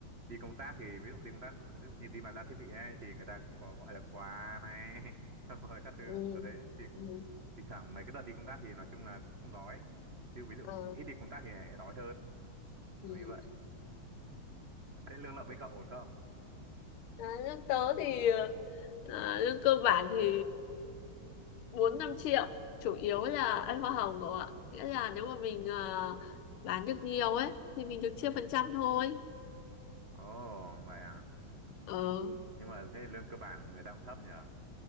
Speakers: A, on the right; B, on the left.
A: đi công tác thì ví dụ đi công tác ví dụ như đi bàn giao thiết bị ấy thì người ta cũng có gọi là quà này <laughs> xong rồi các thứ
B: Ừ.
A: kiểu thế thì cũng
B: Ừ.
A: thỉnh thoảng mấy cái đợt đi công tác thì nói chung là cũng không đói chứ ví dụ
B: Ờ,
A: ít đi công tác thì lại đói hơn
B: ừ.
A: kiểu như vậy thế lương lậu bên cậu ổn không
B: À, lương tớ thì ờ, à, lương cơ bản thì bốn năm triệu chủ yếu là ăn hoa hồng cậu ạ nghĩa là
A: ờ
B: nếu mà mình ờ, bán được nhiều ấy thì mình được chia phần trăm thôi
A: ồ vậy à
B: ờ
A: nhưng mà thế lương cơ bản người ta cũng thấp nhỉ